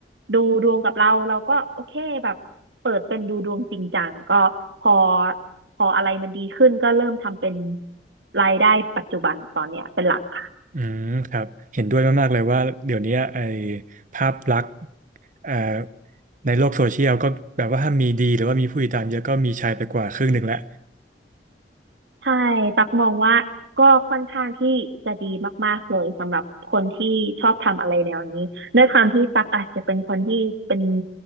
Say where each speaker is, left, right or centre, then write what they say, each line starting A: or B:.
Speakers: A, on the right; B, on the right.
A: ดูดวงกับเราเราก็โอเคแบบเปิดเป็นดูดวงจริงจังก็พอพออะไรมันดีขึ้นก็เริ่มทำเป็นรายได้ปัจจุบันตอนเนี้ยเป็นหลักค่ะ
B: อืมครับเห็นด้วยมากๆเลยว่าเดี๋ยวนี้ไอ้ภาพลักษณ์เอ่อในโลกโซเชียลก็แบบว่าถ้ามีดีหรือว่ามีผู้ติดตามเยอะก็มีชายไปกว่าครึ่งหนึ่งแล้ว
A: ใช่ตักมองว่าก็ค่อนข้างที่จะดีมากๆเลยสำหรับคนที่ชอบทำอะไรแนวนี้ด้วยความที่ตักอาจจะเป็นคนที่เป็น